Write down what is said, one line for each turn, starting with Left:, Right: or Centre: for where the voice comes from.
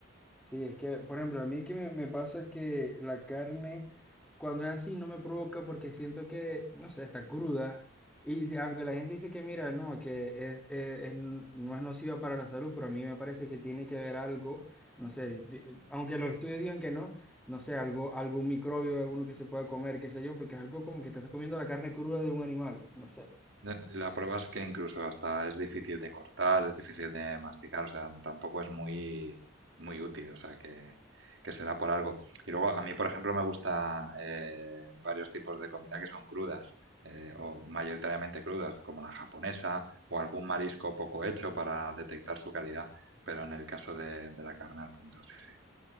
Centre: Sí, es que, por ejemplo, a mí es que me, me pasa que la carne, cuando es así, no me provoca porque siento que, no sé, está cruda. Y de- aunque la gente dice que, mira, no, que es, eh, es- no es nociva para la salud, pero a mí me parece que tiene que haber algo, no sé, di- aunque los estudios digan que no, no sé, algo, algún microbio, alguno que se pueda comer, qué sé yo, porque es algo como que te estás comiendo la carne cruda de un animal, no sé.
Right: No, La prueba es que incluso hasta es difícil de cortar, es difícil de masticar, o sea, tampoco es muy, muy útil, o sea, que, que se da por algo. Y luego, a mí, por ejemplo, me gusta eh, varios tipos de comida que son crudas, eh, o mayoritariamente crudas, como la japonesa, o algún marisco poco hecho para detectar su calidad, pero en el caso de, de la carne al punto, sí, sí.